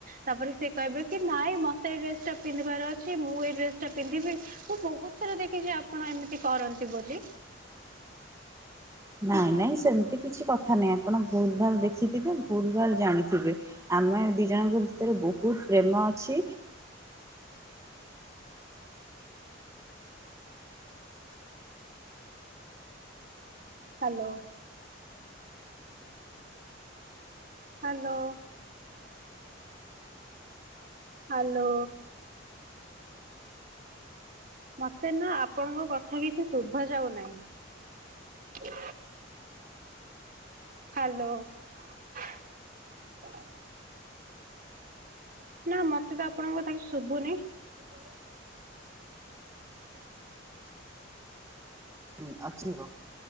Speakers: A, on the right; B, on the right.
A: ତାପରେ ସେ କହିବେ କି ନାଇଁ ମତେ ଏ ଡ୍ରେସ ଟା ପିନ୍ଧିବାର ଅଛି। ମୁଁ ଏ ଡ୍ରେସ ଟା ପିନ୍ଧିବି। ମୁଁ ବହୁତ ଥର ଦେଖିଛି ଆପଣ ଏମିତି କରନ୍ତି ବୋଲି।
B: ନାଇଁ ନାଇଁ ସେମିତି କିଛି କଥା ନାଇଁ। ଆପଣ ଭୁଲ ଭାଲ ଦେଖିଥିବେ। ଭୁଲ ଭାଲ ଜାଣିଥିବେ। ଆମେ ଦି ଜଣଙ୍କ ଭିତରେ ବହୁତ ପ୍ରେମ ଅଛି।
A: ହ୍ୟାଲୋ। ହ୍ୟାଲୋ। ହାଲୋ ମତେ ନା ଆପଣଙ୍କ କଥା କିଛି ଶୁଭା ଯାଉ ନାହିଁ। ହ୍ୟାଲୋ। ନା ମତେ ତ ଆପଣଙ୍କ କଥା କିଛି ଶୁଭୁନି। <inaudible>
B: ହୁଁ ଆଚିବ।